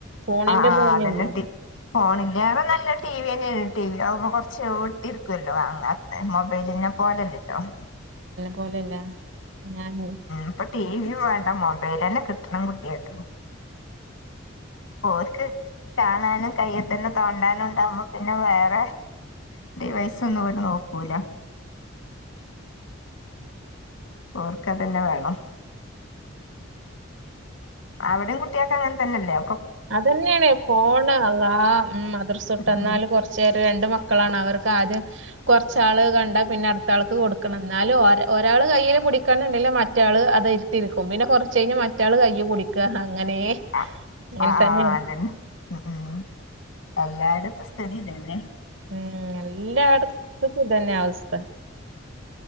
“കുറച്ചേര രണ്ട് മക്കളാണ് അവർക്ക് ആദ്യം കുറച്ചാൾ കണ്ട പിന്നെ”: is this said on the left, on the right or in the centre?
Right